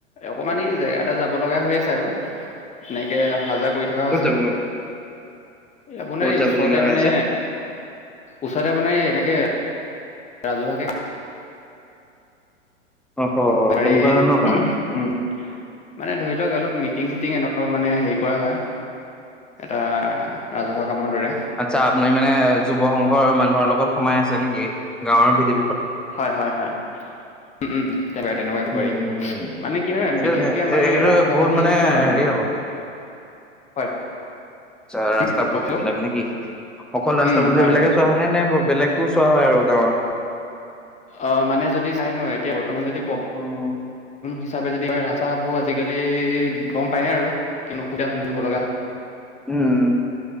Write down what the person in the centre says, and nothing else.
ক'ত
যাবলৈ
ক'ত
যাবলগীয়া
হৈ
আছে
অ হ
কেনেকুৱা ধৰণৰ কাম
আচ্ছা আপুনি মানে যুৱ সংঘৰ মানুহৰ লগত সোমাই আছে নেকি গাঁৱৰ ভিথি
উম
এইটো
এইটো
বহুত
মানে
হেৰি
হ'ব
আচ্ছা ৰাস্তা
পদূলি
বিলাক নেকি অকল ৰাস্তা
পদূলি
বিলাকে চোৱা হয় নাই-নাই বা <unintelligible> বেলেগতো চোৱা হয় আৰু গাঁৱৰ৷
উম
উম।